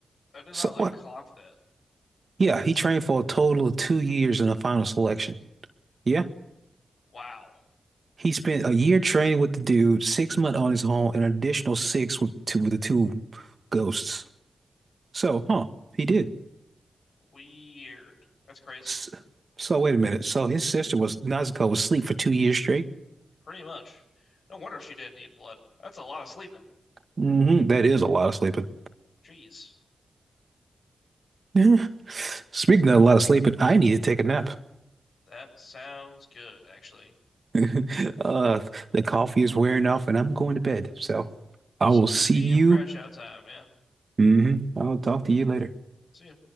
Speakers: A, on the left; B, on the right.
A: I did
B: So
A: not like
B: what?
A: clock that.
B: Yeah, he trained for a total of two years in the final selection. Yeah,
A: Wow.
B: he spent a year training with the dude, six months on his own, and an additional six with two with the two ghosts. So, huh? He did.
A: Weird. That's crazy.
B: S- So, wait a minute. So his sister was Nezuko was asleep for two years straight.
A: Pretty much. No wonder she didn't need blood. That's a lot of sleeping.
B: Mhm. That is a lot of sleeping.
A: Jeez.
B: <laughs> Speaking of a lot of sleeping, I need to take a nap.
A: That sounds good, actually.
B: <laughs> Uh, the coffee is wearing off and I'm going to bed. So I
A: It's
B: will
A: 2
B: see you.
A: p.m. crash out time, yeah.
B: hmm I'll talk to you later.
A: See ya.